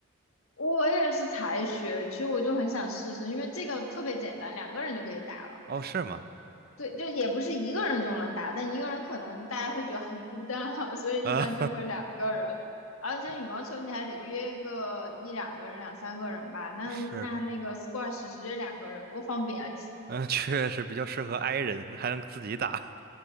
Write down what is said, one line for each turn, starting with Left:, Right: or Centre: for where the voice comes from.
Left: 我也是才学，其实我就很想试试，因为这个特别简单，两个人就可以打了。
Right: 哦，是吗？
Left: 对，就也不是一个人就能打，但一个人可能大家会觉得好孤单啊，<laughs> 所以一般就会两个人。
Right: 啊，
Left: 而且像羽毛球，
Right: <laughs>
Left: 你还得约个一两个人、两三个人吧。那那那个
Right: 是的，
Left: squash 直接两个人多方便啊！
Right: 嗯，确实比较适合 i 人，还能自己打。